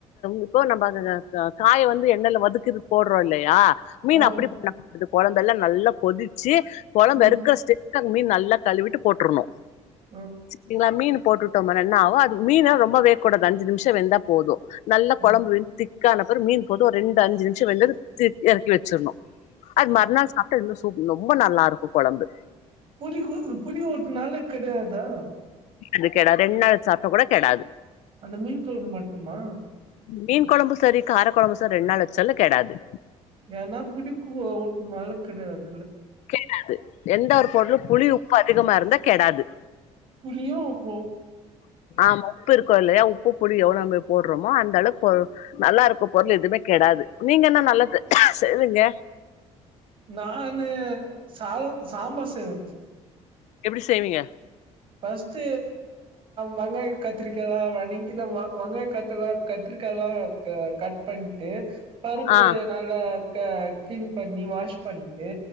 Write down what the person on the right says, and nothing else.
ஆ
ம்
ம்
ம்
ம்
புளி ஊத்த புளி ஊத்துனாலும் கெடாதா
அந்த மீன் குழம்பு மட்டுமா
ஏன்னா புளிக்கூட ஊத்துதனாலே கெடாது
புளியோ உப்போ
நான் ச சம்பார் செய்வ
ஃபர்ஸ்ட் வெங்காய கத்திரிக்க எல்லாம் வணங்கி வங்காய கத்திரா கத்திரிக்காயல்லாம் கட் பண்ணிட்டு பருப்பு
நல்லா கிளீன் பண்ணி வாஷ் பண்ணிட்டு